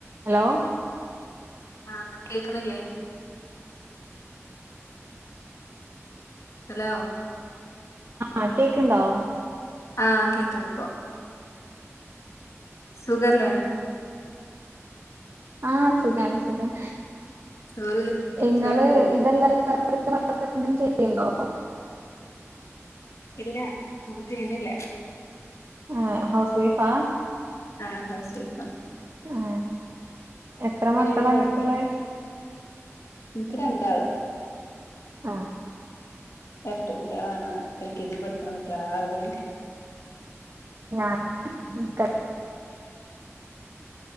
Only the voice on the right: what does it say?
hello-
ആഹ് കേക്ക്ണ്ടോ-
ആഹ് സുഖാണ് സുഖം
ഇങ്ങള്
ഇതെല്ലാം- <unintelligible> എന്തും ചെയ്യ്ണ്ടോ
ആഹ് ഹൗസ് വൈഫാ-
ഏഹ് എത്ര
മക്കളാങ്ങക്കുള്ളെ?
ആഹ് -
<unintelligible>